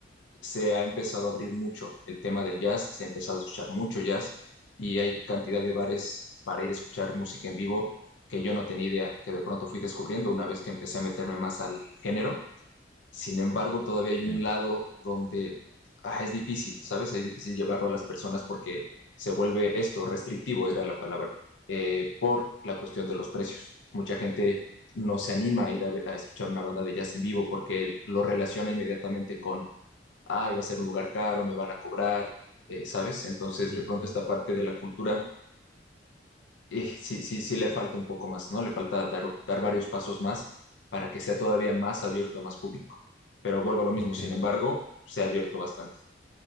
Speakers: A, on the left; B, on the left.
A: se ha empezado a abrir mucho el tema del jazz, se ha empezado a escuchar mucho jazz y hay cantidad de bares para ir a escuchar música en vivo que yo no tenía idea, que de pronto fui descubriendo una vez que empecé a meterme más al género sin embargo, todavía hay
B: sí.
A: un lado donde ah, es difícil, ¿sabes? Es difícil llevarlo a las personas porque se vuelve esto restrictivo, era la palabra, eh, por la cuestión de los precios. Mucha gente no se anima a ir a, ve- a escuchar una banda de jazz en vivo porque lo relaciona inmediatamente con, ay, va a ser un lugar caro, me van a cobrar, eh, ¿sabes? Entonces,
B: Ujú.
A: de pronto esta parte de la cultura eh, sí, sí, sí le falta un poco más, ¿no? Le falta dar, dar varios pasos más para que sea todavía más abierto a más público. Pero vuelvo a lo mismo,
B: Ok,
A: sin embargo,
B: ma-
A: se ha abierto bastante.